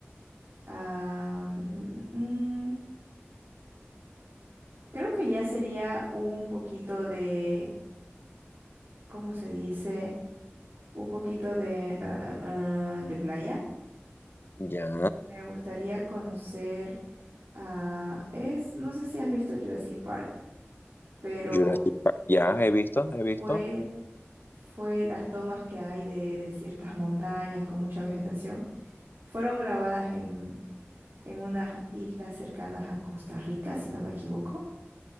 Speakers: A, on the right; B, on the left.
A: ah, mm, mm, mm, creo que ya sería un poquito de, ¿cómo se dice? un poquito de, ah, ah, ah, de playa.
B: Ya,
A: Me gustaría conocer a... es, no sé si has visto Jurassic Park, pero
B: Jurassic Park. Ya, he visto, he visto.
A: fue, fue las tomas que hay de, de ciertas montañas con mucha vegetación. Fueron grabadas en, en unas islas cercanas a Costa Rica, si no me equivoco.